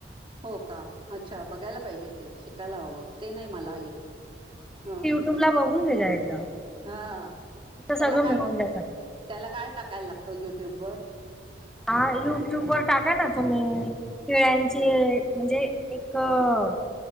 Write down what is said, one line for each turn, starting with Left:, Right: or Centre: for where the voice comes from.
Right: हो का? अच्छा बघायला पाहिजे ते शिकायला हवं ते नाही मला येत अ.
Centre: ट्यूब्ला बघून घे जा एकदा.
Right: हा,
Centre: तिथं
Right: त्याला
Centre: सगळं
Right: काय,
Centre: मिळून जातं.
Right: त्याला काय टाकायला लागतं युट्यूबवर?
Centre: आ युट्युबवर टाका ना तुम्ही खिळ्यांची म्हणजे एक अ